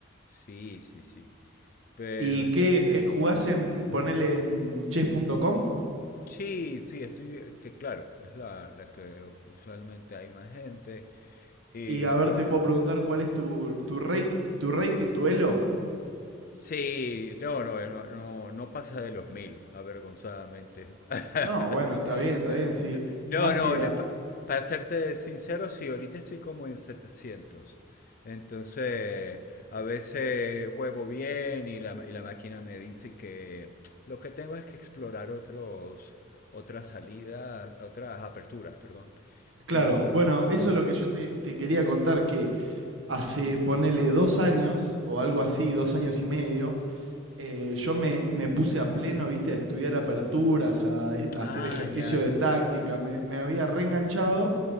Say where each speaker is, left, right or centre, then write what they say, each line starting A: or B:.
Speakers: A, on the left; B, on the right.
A: Sí, sí, sí. Pero
B: ¿Y
A: entonces...
B: qué eh, jugás en, ponele en chess.com?
A: Sí, sí, estoy, eh, que claro, es la, la que usualmente hay más gente. Y
B: Y a ver,
A: creo
B: te puedo preguntar cuál es tu, tu, rate, tu rating, tu elo.
A: Sí, no, no, no, no, no pasa de los mil, avergonzadamente. <laughs>
B: No, bueno, está bien, está
A: No,
B: bien, sí.
A: no, no,
B: Más
A: no,
B: si... a-
A: le- pa- para serte sincero, sí, ahorita estoy como en 700. Entonces, a veces juego bien y la, y la máquina me dice que lo que tengo es que explorar otros, otras salidas, otras aperturas, perdón.
B: Claro,
A: Y,
B: bueno, eso es lo que yo te, te quería contar, que hace, ponele dos años, o algo así, dos años y medio, eh, yo me, me puse a pleno, viste, a estudiar aperturas, a, a hacer
A: ah,
B: ejercicio
A: ya, ya.
B: de táctica, me, me había reenganchado